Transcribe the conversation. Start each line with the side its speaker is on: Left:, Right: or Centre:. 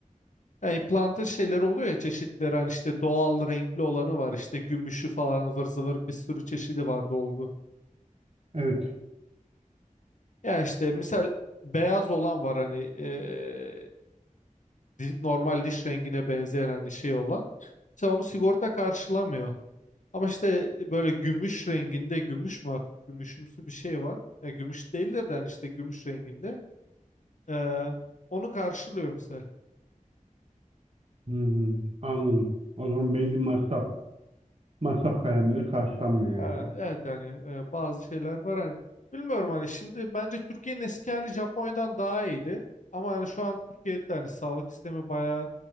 Left: Yani implantın şeyleri oluyor ya çeşitleri hani işte doğal renkli olanı var işte gümüşü falan ıvır zıvır bir sürü çeşidi var dolgu.
Right: Evet.
Left: Yani işte misal beyaz olan var hani eee, di- normal diş rengine benzeyen hani şey olan. Mesela onu sigorta karşılamıyor. Ama işte e, böyle gümüş renginde gümüş mü artık gümüşümsü bir şey var. Ya gümüş değildir de yani işte gümüş renginde. Ee, onu karşılıyor misal.
Right: Hmm, anladım. O zaman belli masraf. Masraf kalemleri karşılanmıyor
Left: Ya,
Right: yani.
Left: evet yani e, bazı şeyler var hani. Bilmiyorum hani şimdi bence Türkiye'nin eski hali Japonya'dan daha iyiydi. Ama yani şu an Türkiye'de de hani sağlık sistemi bayağı